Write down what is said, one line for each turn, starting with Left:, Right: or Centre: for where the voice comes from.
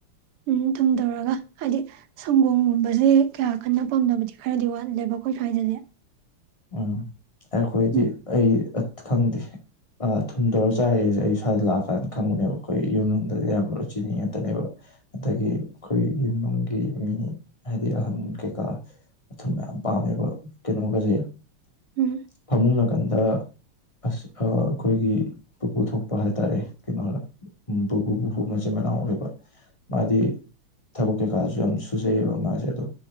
Right: ꯎꯝ ꯊꯨꯝ ꯇꯧꯔꯒ ꯍꯥꯏꯗꯤ ꯁꯪꯒꯣꯝꯒꯨꯝꯕ ꯀꯌꯥ ꯀꯟꯅ ꯄꯥꯝꯗꯕꯗꯤ ꯈꯔꯗꯤ ꯋꯥꯠꯂꯦꯕ ꯑꯩꯈꯣꯏ ꯁ꯭ꯋꯥꯏꯗꯗꯤ
Left: ꯎꯝ ꯑꯩꯈꯣꯏꯗꯤ
Right: ꯎꯝ
Left: ꯑꯩ ꯈꯪꯗꯦ ꯊꯨꯝꯇꯧꯔ ꯆꯥꯏꯔꯁꯦ ꯑꯩ ꯁ꯭ꯋꯥꯏꯗ ꯂꯥꯛꯀꯥꯟꯗ ꯈꯪꯕꯅꯦꯕ ꯑꯩꯈꯣꯏ ꯌꯨꯝ ꯌꯣꯡꯗꯗꯤ ꯌꯥꯝ ꯃꯔꯨ ꯆꯤꯅꯤ ꯉꯥꯛꯇꯅꯦꯕ ꯑꯗꯒꯤ ꯑꯩꯈꯣꯏ ꯌꯨꯝꯂꯣꯡꯒꯤ ꯃꯤ ꯍꯥꯏꯗꯤ ꯑꯍꯟ ꯀꯩꯀꯥ ꯑꯨꯝ ꯃꯌꯥꯝ ꯄꯥꯝꯃꯦꯕ ꯀꯩꯅꯣꯒꯁꯦ
Right: ꯎꯝ
Left: ꯐꯃꯨꯡꯅ ꯅꯥꯀꯟꯗ ꯑꯁ ꯑꯩꯈꯣꯏꯒꯤ ꯄꯨꯄꯨ ꯊꯣꯛꯄ ꯍꯥꯏꯇꯥꯔꯦ ꯀꯩꯅꯣꯅ ꯄꯨꯄꯨ ꯄꯨꯄꯨ ꯃꯆꯤꯟ ꯃꯅꯥꯎ ꯑꯣꯏꯕ ꯃꯥꯗꯤ ꯊꯕꯛ ꯀꯩꯀꯥꯁꯨ ꯌꯥꯝ ꯁꯨꯖꯩꯑꯕ ꯃꯥꯁꯦ ꯑꯗꯣ